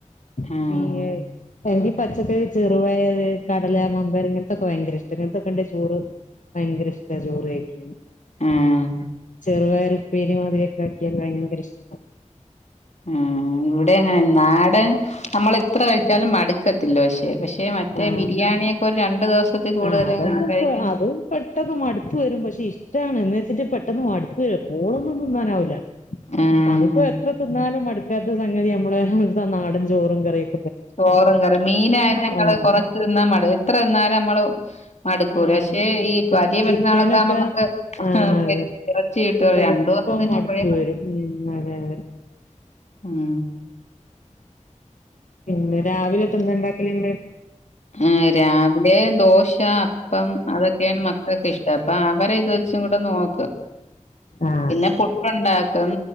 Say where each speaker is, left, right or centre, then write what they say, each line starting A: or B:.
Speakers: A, on the left; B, on the left.
A: <unintelligible>
B: ആഹ്
A: എനിക്ക് പച്ചക്കറി ചെറുപയറ് കടല വമ്പയർ ഇങ്ങനത്ത ഒക്കെ ഭയങ്കര ഇഷ്ടാ ഇങ്ങൻത്തെക്കെ ഇണ്ടേ ചോറ് ഭയങ്കര ഇഷ്ടാ ചോറ് കഴിക്കാന്
B: ആഹ്
A: ഉം ചെറു പയറ് ഉപ്പേരി മുതിരിക്ക <unintelligible> ഭയങ്കര ഇഷ്ടാ
B: ഉം ഇവിടെം അങ്ങനെ നാടൻ നമ്മള് എത്ര കഴിച്ചാലും മട ക്കത്തില്ല പക്ഷെ പക്ഷെ മറ്റേ
A: ആഹ്
B: ബിരിയാണി ഒക്കെ ഒരു രണ്ടു ദിവസത്തി കൂടുതല്
A: ആഹ് അതൊക്കെ
B: കഴിക്കണ്ട
A: ഇപ്പ അത് പെട്ടെന്ന് മടുപ്പ് വെരും പക്ഷെ ഇഷ്ടാണ് എന്ന് വെച്ചിട്ട് പെട്ടെന്ന് മടുപ്പ് വെരും എപ്പോളും ഒന്നും തിന്നാൻ പറയാൻ ആവൂല്ല
B: ആഹ്
A: അതിപ്പോ എത്ര തിന്നാലും മടുക്കാത്ത സംഗതി നമ്മള നാടൻ ചോറും കറിം
B: ചോറും കറിയും മീനായ ഞങ്ങള്
A: ആഹ്
B: കൊറച്ച് തിന്നാ മടു എത്ര തിന്നാലും അമ്മള് മടുക്കൂല
A: ആഹ്
B: പക്ഷേ
A: അതെ
B: ഈ വലിയ
A: ചിക്കനൊക്കെ
B: പെരുന്നാളൊക്കെ ആവുമ്പോ നമക്ക് <unintelligible>
A: ആഹ് അതെ
B: ചീട്ട്കളി
A: എളുപ്പം
B: രണ്ടു സം തന്നെ
A: മടുപ്പ്
B: പുഴ
A: വരും ഉം അതെ അതെ
B: ഉം
A: പിന്നെ രാവിലോട്ട് എന്താ ഉണ്ടാക്കല് ഉണ്ട്
B: ഉം രാവിലെ ദോശ അപ്പം അതൊക്കെയാണ് മക്കൾക്ക് ഇഷ്ടം അപ്പൊ അവരെ ഇത് വെച്ച് ച്ചും കൂടെ നോക്കും
A: ആഹ്
B: പിന്നെ പുട്ടുണ്ടാക്കും